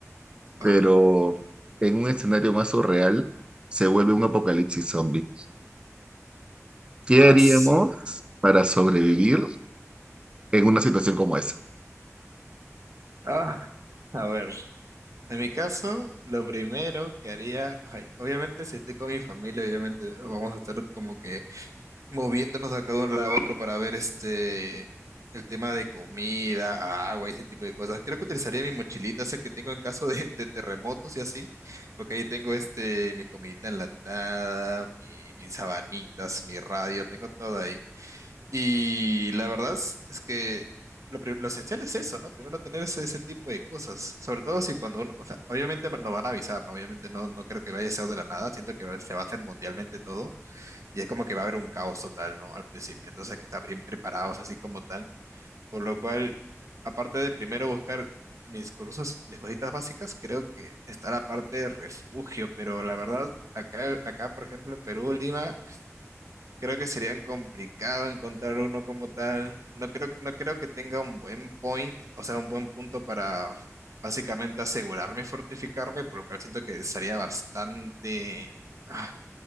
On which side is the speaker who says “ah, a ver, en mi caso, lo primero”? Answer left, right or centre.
Right